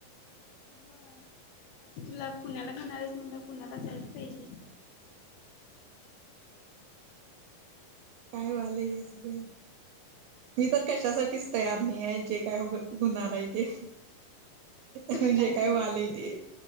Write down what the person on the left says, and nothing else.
होय आता तुला पुण्याला घेणार आहेच म्हणल्यावर पुण्याला जायच पाहिजे.
तुला
काय कळे